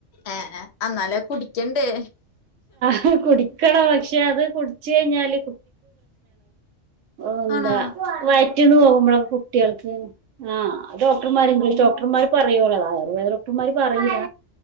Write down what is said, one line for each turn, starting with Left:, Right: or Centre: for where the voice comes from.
Left: ഏഹ് ഹേ അന്നാല് കുടിക്കണ്ടേ?
Right: അത് കുടിക്കണം പക്ഷെ, അത് കുടിച്ച കഴിഞ്ഞാല് ഓ, എന്താ,
Left: ആണോ
Right: വയറ്റിന്ന് പോവുമ്പളക്കെ കുട്ടിൾക്ക്. ആഹ് ഡോക്ടർമാര് ഇംഗ്ലീഷ്ഡോക്ടർമാര് പറയുള്ളു. ആയുർവേദ ഡോക്ടർമാര് പറയൂല്ല.